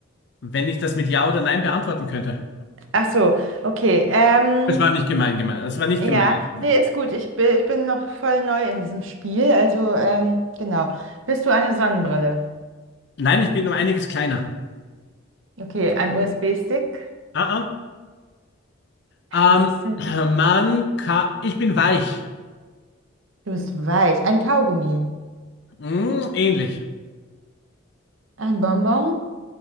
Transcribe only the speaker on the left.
Wenn ich das mit Ja oder Nein beantworten könnte.
Es war nicht gemein gemeint. Es war nicht
gemein jetzt.
Nein, ich bin um einiges kleiner.
Ah, ah.
Ähm, <clears throat> man kann. Ich bin weich.
Hm, ähnlich.